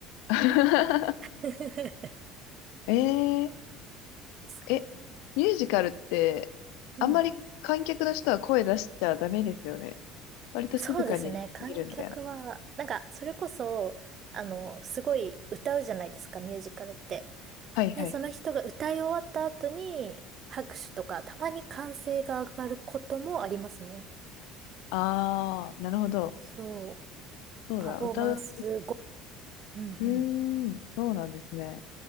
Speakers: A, on the left (about 80°); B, on the right (about 35°).
A: <laughs>
B: <laughs>
A: ええ
B: そう
A: え、ミュージカルって、
B: うん。
A: あんまり観客の人は声出しちゃダメですよね。割と静かに見るみたいな。
B: そうですね。観客は、なんか、それこそ、あの、すごい歌うじゃないですか、ミュージカルって。
A: はいはい。
B: で、その人が歌い終わった後に、拍手とか、たまに歓声が上がることもありますね。
A: あー、なるほど。
B: そう。
A: そうだ、
B: パフォーマンス後。
A: 歌う。
B: うん
A: うーん、そうなんですね。